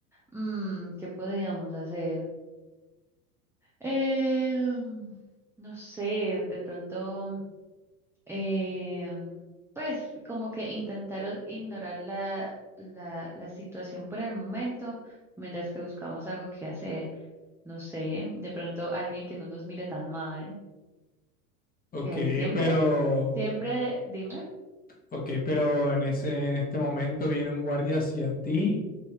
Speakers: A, in the centre; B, on the left.
A: Mm, ¿qué podríamos hacer? Eh, no sé, de pronto... eh, pues como que intentaron ignorar la, la, la situación por el momento, mientras que buscamos algo que hacer. No sé, de pronto alguien que no nos mire tan mal,
B: ok,
A: que hay siempre,
B: pero,
A: siempre de- dime,
B: ok, pero en ese, en este momento viene un guardia hacia ti.